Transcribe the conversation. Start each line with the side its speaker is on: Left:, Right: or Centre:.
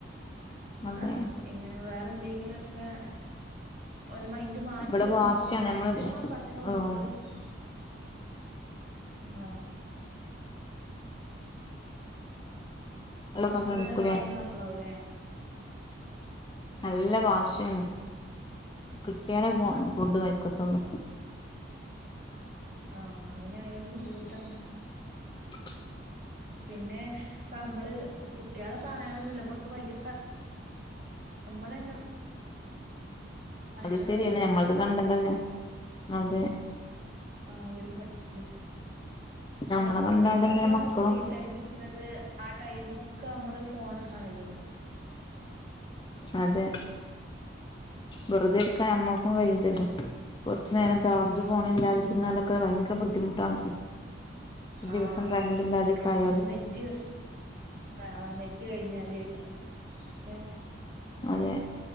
Left: അതെ
Right: ആം ഇങ്ങനെ വേറെ എന്തെങ്കീലും ഒക്കെ അല മൈൻന്റ് മാറ്റി
Left: ഇവിടെ
Right: കൊണ്ടന്നൊക്കെ
Left: വാശിയാണ്
Right: മാക്സിമം
Left: നമ്മള്
Right: ഭക്ഷണം കൊടുക്കുമ്പള്
Left: ഉം
Right: ആ
Left: ഇളക്കാൻ
Right: മക്കള്
Left: ശ്രമിക്കൂലേ
Right: നല്ല വാഷിള്ള മക്കളാവൂല്ലേ
Left: നല്ല വാശിയാണ് കിട്ടിയാലേ ഫുഡ് വാരികൊടുത്തോളും
Right: ആ അങ്ങനെ ആയാാൽ ബുദ്ധിമുട്ടാണ്
Left: <inaudible>
Right: പിന്നെ ഇപ്പ നമ്മള് കുട്ടികളെ പറയാനൊന്നുമില്ലപ്പ വലിയ നമ്മളെന്നെ ഭക്ഷണം
Left: അത് ശരിയാണ്
Right: കഴി ഫോൺ
Left: ഞമ്മളത്
Right: എടുത്തുണ്ട്
Left: കണ്ടണ്ടല്ലേ അതെ
Right: ആ വരും പഠിക്കണ്
Left: നമ്മളെ
Right: അത് അപ്പോ
Left: കണ്ടാണ്ടന്നല്ലെ
Right: നമ്മളെപ്പോഴാണോ
Left: മക്കളും
Right: ഫ്രീ ടൈം ഇരിക്കുന്നത് ആ ടൈമ ഒക്കെ നമ്മള് ഫോൺ എടുക്കണല്ലോ
Left: അതെ വെറുതെ ഇരിക്കാൻ നമ്മുക്കും കഴയില്ലല്ലോ കുറച്ചു നേരം ചാർജ്
Right: കയ്യിലല്ലോ
Left: പോണ ഇല്ലാതിരിക്കുന്നലൊക്കെ ഭ ബുദ്ധിമുട്ട ആ
Right: ആ
Left: ദിവസം കരണ്ടില്ലാതക്ക
Right: ബുദ്ധിമുട്ടാണ്
Left: ആായല്
Right: ഒന്ന് നെറ്റ് ആ കഴിഞ്ഞാല് ഒക്കെ
Left: അതെ